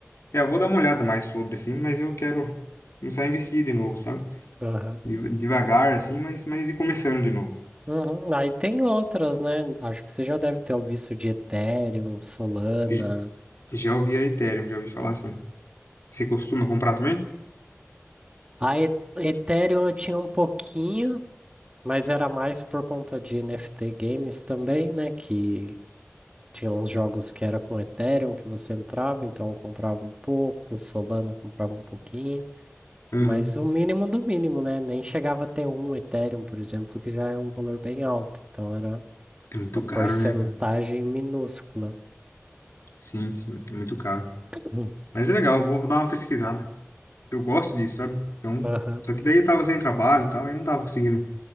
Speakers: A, on the left; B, on the right.
A: É, eu vou dar uma olhada mais sobre, assim, mas eu quero começar a investir de novo, sabe?
B: Aham.
A: Deva- Devagar, assim, mas, mas e começando de novo.
B: Uhum. Aí tem outras, né? Acho que você já deve ter ouvido isso de Ethereum, Solana.
A: J- Já ouvi a Ethereum, já ouvi falar assim. Você costuma comprar também?
B: A E- Ethereum eu tinha um pouquinho. Mas era mais por conta de NFT games também, né? Que tinha uns jogos que era com Ethereum que você entrava, então eu comprava um pouco, Solana comprava um pouquinho,
A: Uhum.
B: mas o mínimo do mínimo, né? Nem chegava a ter um Ethereum, por exemplo, que já é um valor bem alto, então era
A: É muito
B: uma porcentagem
A: caro, né, cara?
B: minúscula.
A: Sim, sim, é muito caro.
B: Hum,
A: Mas é legal, eu vou dar uma pesquisada. Eu gosto disso, sabe? Então,
B: Aham.
A: só que daí eu tava sem trabalho e tal, aí não tava conseguindo